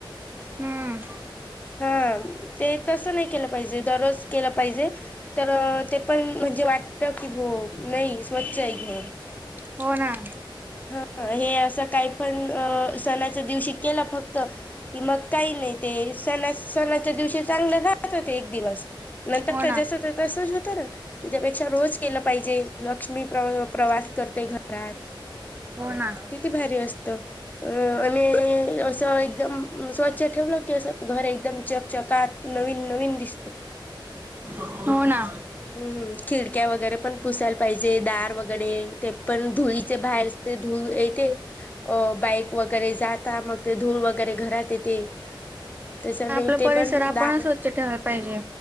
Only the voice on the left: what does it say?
हा ते तसं नाही केलं पाहिजे, दररोज केलं पाहिजे. तर ते पण म्हणजे वाटत की, हो नाही स्वच्छ आहे घर.
ह हे असं काही पण, अ सणाच्या दिवशी केला फक्त- कि मग काही नाही, ते सणा- सणाच्या दिवशी चांगलं राहत ते एक दिवस. नंतर
जसंच्या तसच होतं ना, त्याच्यापेक्षा रोज केलं पाहिजे, लक्ष्मी प्र प्रवास- करते घरात.
किती भारी असत. अ आणि असं एकदम- स्वच्छ ठेवलं की असं घर एकदम चकचकात नवीन नवीन दिसतं
हम्मम खिडक्या वगैरे पण पुसायला पाहिजे. दार वगैरे ते पण धुळीचे बाहेरचे धूळ येते. अ बाईक वगैरे जाता मग ते धूळ वगैरे घरात येते. त्याच्या ने
ते
पण
दार,